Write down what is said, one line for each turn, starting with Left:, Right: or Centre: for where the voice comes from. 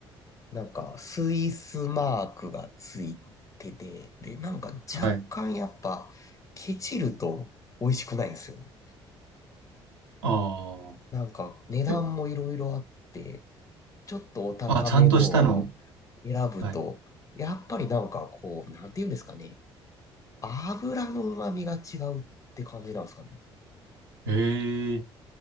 Left: なんかスイスマークがついてて、で、なんか若干やっぱケチると美味しくないんですよね。
Right: はい。あ
Left: なんか値段もいろいろあって、
Right: あ。え、
Left: ちょっとお高めのを
Right: あ、ちゃんとしたの。
Left: 選ぶと、
Right: はい。
Left: やっぱりなんかこう、なんていうんですかね。油の旨味が違うって感じなんですかね。
Right: へえ。